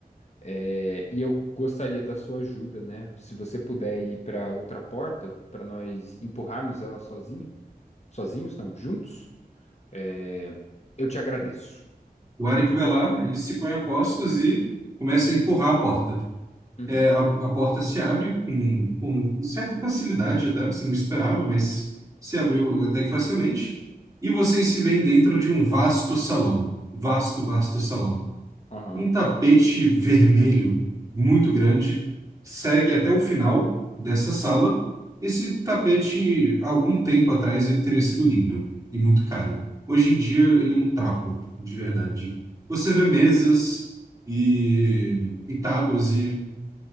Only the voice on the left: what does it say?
É, e eu gostaria da sua ajuda, né? Se você puder ir para outra porta, para nós empurrarmos ela sozinha, sozinhos, não, juntos, é, eu te agradeço.
Uhum.
Aham.